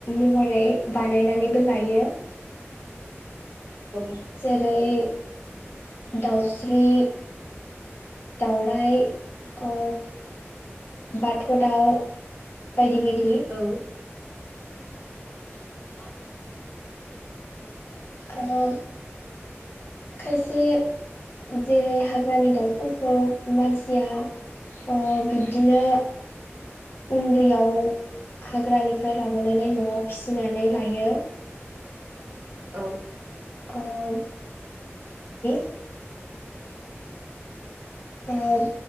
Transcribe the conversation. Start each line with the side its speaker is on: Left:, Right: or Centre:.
Left: महरै बानायनानैबो लायो।
Right: औ
Left: जेरै दाउस्रि, दावराय अ बाथ' दाउ बायदि बायदि।
Right: औ
Left: <inaudible> आरो खायसे जेरै हाग्रानि दाउफोरखौ मानसिया बिब्दिनो उन्दैयाव हाग्रानिफ्राय लाबोनानै न'आव फिसिनानै लायो।
Right: औ
Left: ओब <unintelligible> ओब